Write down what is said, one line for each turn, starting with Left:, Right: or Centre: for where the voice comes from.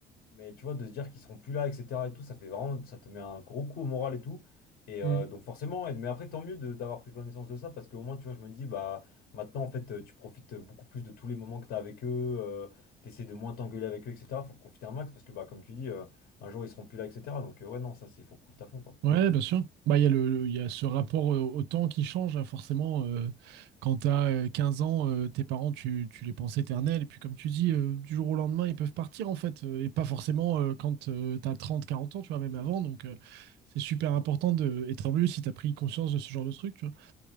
Left: Mais tu vois, de se dire qu'ils seront plus là, etc. et tout, ça fait vraiment, ça te met un gros coup au moral et tout. Et euh,
Right: Mm.
Left: donc forcément, et- mais après, tant mieux de- d'avoir pris connaissance de ça, parce qu'au moins, tu vois, je me dis, bah, maintenant, en fait, euh, tu profites beaucoup plus de tous les moments que tu as avec eux, tu essaies de moins t'engueuler avec eux, etc. Faut profiter un max, parce que, bah, comme tu dis, euh, un jour, ils seront plus là, etc. Donc, euh, ouais, non, ça, c'est, faut profiter à fond, quoi.
Right: Ouais, bien sûr. Bah, il y a le, le- il y a ce rapport euh, au temps qui change, hein, forcément. euh, quand t'as euh, 15 ans, euh, tes parents, tu, tu les penses éternels. Et puis, comme tu dis, euh, du jour au lendemain, ils peuvent partir, en fait. euh, et pas forcément euh, quand euh, t'as 30 40 ans, tu vois, même avant. Donc, euh, c'est super important de... Et tant mieux si t'as pris conscience de ce genre de truc, tu vois.